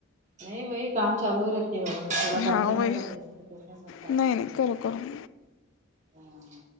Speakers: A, on the right; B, on the left.
A: نہیں بهائی کام چالو ہی رکھیے ہے تھوڑا
B: ہاں
A: برتن
B: وہی
A: ہے سب پوچھتے پوچھتے سب صاف
B: نہیں
A: کررہی
B: نہیں کرو کرو
A: ہو